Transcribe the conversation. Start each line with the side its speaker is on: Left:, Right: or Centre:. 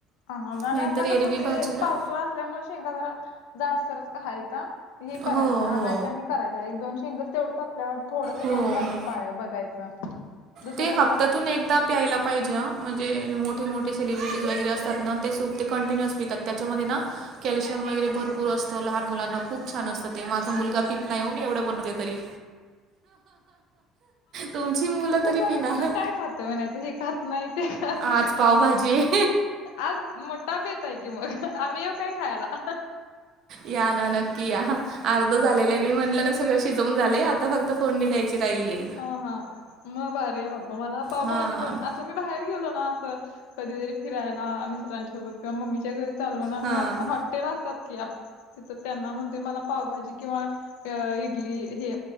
Left: हा आणि
Right: नाहीतर
Left: आता
Right: एरवी
Left: कसं
Right: भाजीला
Left: ते पावसाळ असल्यामुळे शेंका जरा जाडसरच काहायेत हे
Right: हो
Left: करायचं
Right: हो
Left: आणायं आणि करायच्या एक दोन शेंगस तेवढंच आपल्या थोडंसं
Right: हो
Left: करून बघत पाय बघायचं दुसरं
Right: ते हपता
Left: नाही
Right: तून एकदा प्यायला पाहिजे अं म्हणजेे मोठे मोठे सेलिब्रिटीज वगैरे असतात ना, ते सुप ते कंटिन्युअस पितात त्याच्यामध्ये ना कॅल्शियम वगैरे भरपूर असतं. लहान मुलांना छान असतं ते, माझा मुलगा पित नाही ओ मी एवढं बनवत तरी तुमची मुलं तरी
Left: त
Right: पिणार
Left: नेमकं काय खात म्हणायचं, हे खात नाहीं ते खात नाहीं.
Right: आज पावभाजी
Left: आज मोठा बेत आहे की मग, आम्ही येऊ काय खायला?
Right: या ना नक्की या अर्ध झालेलय मी म्हणलं ना सगळं शिजवून झालेय आता फक्त फोडणी द्यायची राहिलीय.
Left: हा हा म भारी य बाप्पा मला पावभाजी
Right: हां
Left: पणं असं आमी बाहेर गेलो ना असं, कधीतरी फिरायला मित्रांसोबत किंवा मम्मीच्या घरी चालो ना
Right: हां
Left: मग हॉट्टेल असतात की आप तिथं त्यांना म्हण ते मला पावभाजी किंवा ए इडली हे